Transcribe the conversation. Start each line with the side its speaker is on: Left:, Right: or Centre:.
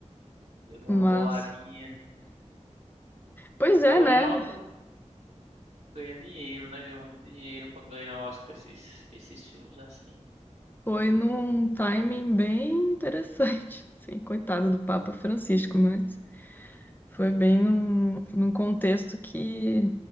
Right: levou
Left: Mas.
Right: uma boladinha.
Left: Pois
Right: E acaba
Left: é, né?
Right: ganhando Oscar, ganha dinheiro, né? Ganha muito dinheiro quando ganha Oscar esses, esses filmes assim.
Left: Foi num timing bem interessante. <laughs> Sim, coitado do Papa Francisco, mas foi bem num, num contexto que,